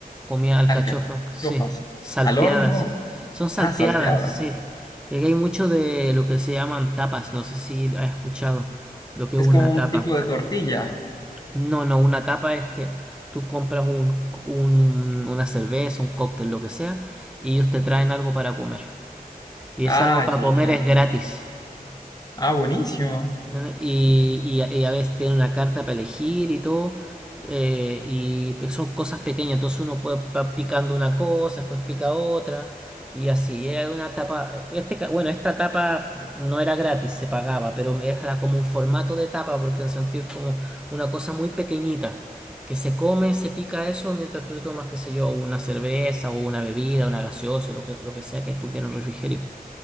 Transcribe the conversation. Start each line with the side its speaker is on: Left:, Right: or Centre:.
Centre: comía alcachofas,
Left: alcachofas.
Centre: sí, salteadas.
Left: Al horno,
Centre: Son salteadas,
Left: ah, salteadas.
Centre: sí. Y aquí hay mucho de lo que se llaman tapas, no sé si has escuchado lo que
Left: Es
Centre: es una
Left: como un
Centre: tapa.
Left: tipo de tortilla.
Centre: No, no, una tapa es que tú compras un, un- una cerveza, un cóctel, lo que sea, y ellos te traen algo para comer. Y
Left: Ah,
Centre: es algo para
Left: ya,
Centre: comer
Left: ya.
Centre: es
Left: ya.
Centre: gratis.
Left: Ah, buenísimo.
Centre: ¿no? Y, y a- y a veces tiene una carta para elegir y todo. eh, y pe- son cosas pequeñas, entonces uno puede va picando una cosa, después pica otra. Y así, era una tapa. Este, ca- bueno, esta tapa no era gratis, se pagaba, pero era como un formato de tapa, porque en el sentido es como una cosa muy pequeñita. Que se come, se pica eso, mientras que tú tomas, qué sé yo, una cerveza o una bebida, una gaseosa, lo que, lo que sea que tú quieras en el refrigerio.